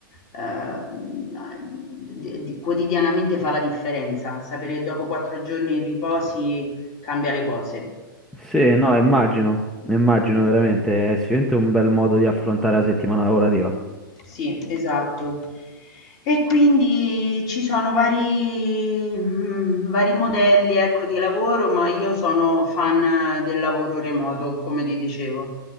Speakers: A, on the left (about 35°); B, in the centre.
A: ehm, a- de- di- quotidianamente fa la differenza, sapere che dopo quattro giorni di riposi cambia le cose.
B: Sì, no, immagino. Immagino
A: Sì.
B: veramente. È sicuramente un bel modo di affrontare la settimana lavorativa.
A: Sì, esatto. E quindi ci sono vari, mm, vari modelli, ecco, di lavoro, ma io sono fan del lavoro remoto, come ti dicevo.